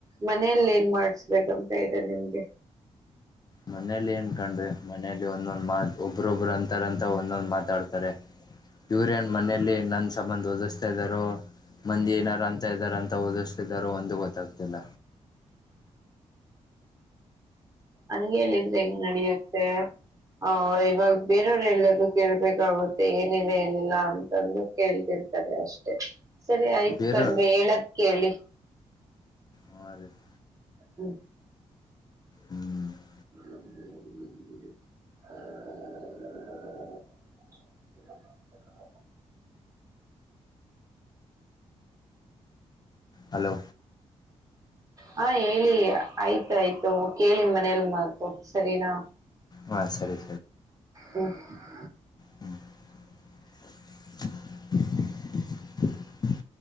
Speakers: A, on the right; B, on the left.
A: ಮನೆಯಲ್ಲಿ ಏನ್ ಮಾಡಸ್ಬೇಕಂತ ಇದೆ ನಿಮ್ಗೆ.
B: ಮನೇಲಿ ಏನ್ ಕಂಡ್ರಿ ಮನೇಲಿ ಒಂದೊಂದ್ ಮಾಲ್ ಒಬ್ಬೊಬ್ರು ಅಂತಾರಂತ ಒಂದೊಂದ್ ಮಾತಾಡ್ತಾರೆ ಯುರೇನ್ ಮನೇೆಯಲ್ಲಿ ನನ್ ಸಂಬಂದ ಓದಿಸ್ತಾ ಇದಾರೋ, ಮಂದಿ ಏನಾರ ಅಂತ ಇದಾರ ಅಂತ ಓದಿಸ್ತಿದಾರೋ ಒಂದು ಗೊತ್ತಾಗ್ತಿಲ್ಲ.
A: ಹಂಗೆ ಹೇಳಿದ್ರೆ ಹೆಂಗ್ ನಡಿಯುತ್ತೆ. ಹ ಇವಾಗ ಬೇರೆಯವ್ರೆಲ್ಲ ಕೇಳ್ಬೇಕಾಗುತ್ತೆ ಏನಿದೆ ಏನಿಲ್ಲ ಅಂತಂದು ಕೇಳ್ತಿರ. ರಿ ಅಷ್ಟೇ ಸರಿ ಆಯ್ತ್
B: ಬೇರೆ
A: ಕಂದ್ರೆ <unintelligible> ಹೇಳದ ಕೇಳಿ
B: ಹ ರೀ <inaudible>
A: ಹ್ಮ್,
B: ಹ್ಮಞ <unintelligible>
A: ಹ <inaudible> <unintelligible>
B: ಹಲೋ,
A: ಹಾ, ಹೇಳಿ ಆಯ್ತು ಆಯ್ತು ಕೇಳಿ ಮನೇಲ್ ಮಾತು ಸರಿನಾ
B: ಹಾಂ ಸರಿ
A: ಹ್ಮ <inaudible>
B: ಹ್ಮ್ <inaudible> <unintelligible>